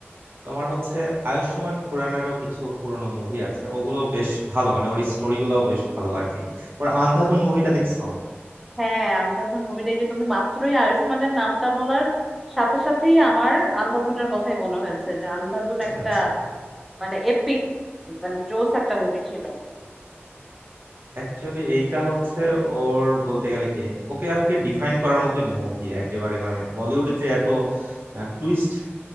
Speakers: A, on the right; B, in the centre.
A: তোমার হচ্ছে আয়ুষ্মান খুরানারও কিছু পুরনো মুভি আছে ওগুলো বেশ ভালো মানে ওর স্টোরি গুলাও বেশ ভালো আর কি ওর আন্ধাধুন মুভিটা দেখছো
B: হ্যাঁ আন্ধাধুন মুভিটা যে তুমি মাত্রই আয়ুষ্মানের নামটা বলার সাথে সাথেই আমার আন্ধাধুনের কথাই মনে হয়েছে যে আন্ধাধুন একটা
A: আচ্ছা
B: মানে এপিক মানে জোস একটা মুভি ছিল
A: অ্যাকচুয়ালি এইটা হচ্ছে ওর বলতে গেলে কি ওকে আজকে ডিফাইন করার মতোই মুভি একেবারে মানে বলিউডে যে এত টুইস্ট